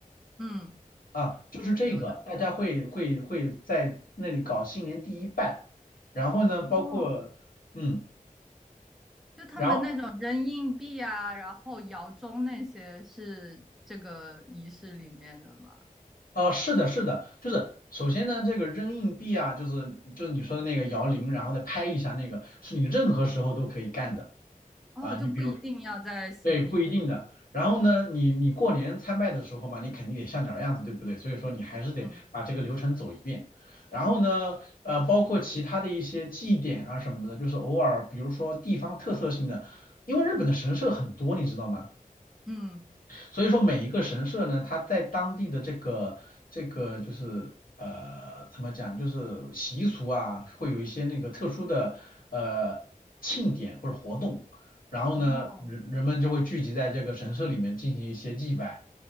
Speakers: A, in the centre; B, on the left.
A: 嗯，
B: 啊，就是这个，
A: 有的。
B: 大家会会会在那里搞新年第一拜，然后呢，
A: 哦，
B: 包括嗯，
A: 就他们那种扔硬币啊，
B: 然后
A: 然后摇钟那些是这个仪式里面的吗？
B: 呃，是的，是的，就是首先呢，这个扔硬币啊，就是就是你说的那个摇铃，然后再拍一下那个，是你任何时候都可以干的
A: 嗯，哦，
B: 啊，你比如
A: 就不一定要在新年。
B: 对，不一定的。然后呢，你你过年参拜的时候嘛，你肯定得像点儿样子，对不对？所以说你还是得把这个流程走一遍。
A: 嗯
B: 然后呢，呃，包括其他的一些祭典啊什么的，就是偶尔，比如说地方特色性的，因为日本的神社很多，你知道吗？
A: 嗯，
B: 所以说每一个神社呢，它在当地的这个这个就是呃怎么讲，就是习俗啊，会有一些那个特殊的呃庆典或者活动，然后呢，
A: 哦
B: 人人们就会聚集在这个神社里面进行一些祭拜。